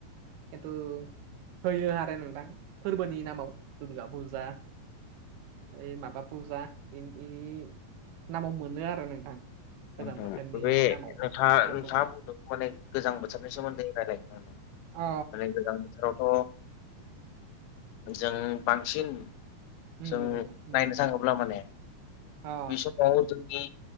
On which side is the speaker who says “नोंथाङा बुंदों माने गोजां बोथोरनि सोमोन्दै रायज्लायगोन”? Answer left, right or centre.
Left